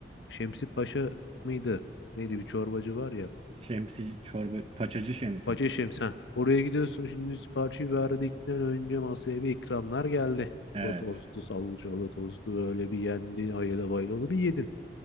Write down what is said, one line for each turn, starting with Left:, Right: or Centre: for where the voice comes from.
Left: Şemsi Paşa mıydı? Neydi bir çorbacı var ya.
Right: Şemsi çorba paçacı şemsi.
Left: Paşa Şems ha. Oraya gidiyorsun şimdi siparişi verdikten önce masaya bir ikramlar geldi.
Right: Evet.
Left: Bu tostu, salçalı tostu böyle bir yendi. Ayıla bayılalı bir yedin.